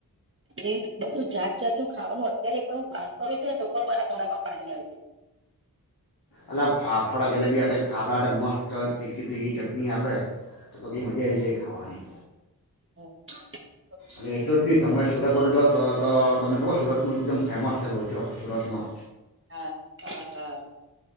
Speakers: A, on the right (about 35°); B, on the left (about 85°).
A: એ બધું જાત જાતનું ખાવાનું અત્યારે પણ હું વાત કરું છું ને તો પણ મારા મોડામાં પાણી આવી જાય છે
B: અલા ફાફડા જલેબી હાતે ફાફડા હાતે મસ્ત તીખી તીખી ચટણી આપ આપે તો તો કેવી મજા આવી જાય ખાવાની
A: હા
B: અને એટલું જ નહીં તમે સુરત બાજુ જાઓ તો તો તમને ખબર સુરતનું એકદમ ફેમસ લોચો સુરતનો
A: હા હા હા